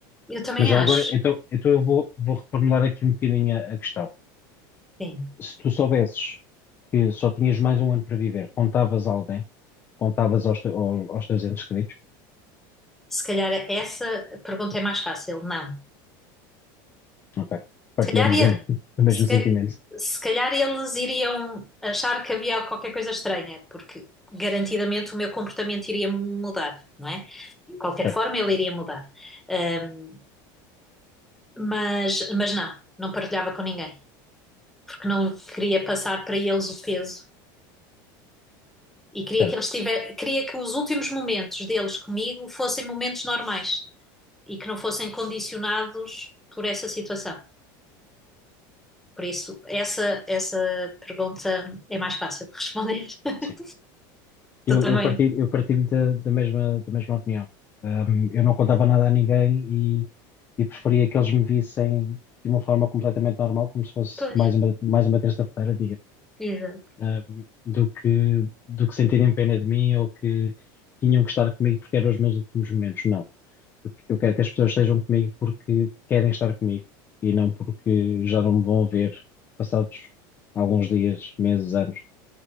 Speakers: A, in the centre; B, on the left.
A: eu também
B: Mas já
A: acho.
B: agora, então, então eu vou, vou reformular aqui um bocadinho a, a questão.
A: Sim,
B: Se tu soubesses que só tinhas mais um ano para viver, contavas a alguém, contavas aos, te- ao- aos teus entes queridos,
A: se calhar essa pergunta é mais fácil. Não.
B: ok, partilhamos
A: Se calhar, ia-
B: da- <laughs> o mesmo
A: se,
B: sentimento,
A: ca- se calhar eles iriam achar que havia qualquer coisa estranha, porque garantidamente o meu comportamento iria mudar, não é? De qualquer
B: certo,
A: forma, ele iria mudar. Ahm, mas, mas não, não partilhava com ninguém, porque não queria passar para eles o peso e queria
B: certo,
A: que eles tivessem, queria que os últimos momentos deles comigo fossem momentos normais e que não fossem condicionados por essa situação. Por isso, essa, essa pergunta é mais fácil de responder. <laughs>
B: sim. Eu,
A: Tu também.
B: eu partilho, eu partilho da, da mesma, da mesma opinião. Um, eu não contava nada a ninguém e, e preferia que eles me vissem de uma forma completamente normal, como se fosse
A: Pois,
B: mais uma, mais uma terça-feira,
A: exato.
B: um, do que, do que sentirem pena de mim ou que tinham que estar comigo porque eram os meus últimos momentos. Não. Eu eu quero que as pessoas estejam comigo porque querem estar comigo e não porque já não me vão ver passados alguns dias, meses, anos.